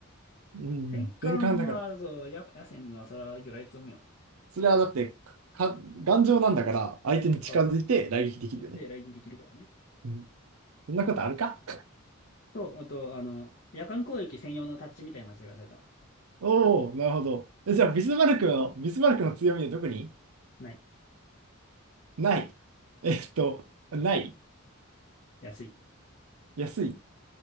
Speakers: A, on the right; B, on the left.
A: うん、
B: 戦艦は、
A: 全巻だから。
B: そう、や、野戦は、それは魚雷積むよ。
A: それはだって、か、か頑丈なんだから、相手に近づいて来撃できるよね。
B: そう。で、雷撃できるからね。
A: うん。そんなことあるか
B: と、あと、あの、夜間攻撃専用のタッチみたいなのがされたわ。
A: おお、なるほど。え、じゃあ、ビスマルクの、ビスマルクの強みはどこに
B: ない。
A: ない。えっと、ない。
B: 安い。
A: 安い。